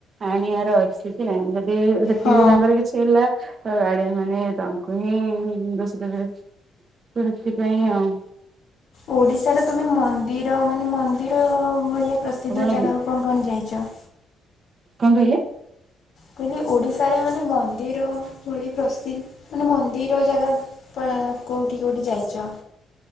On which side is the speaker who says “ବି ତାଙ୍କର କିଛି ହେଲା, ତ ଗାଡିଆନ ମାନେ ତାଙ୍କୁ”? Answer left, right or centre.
Right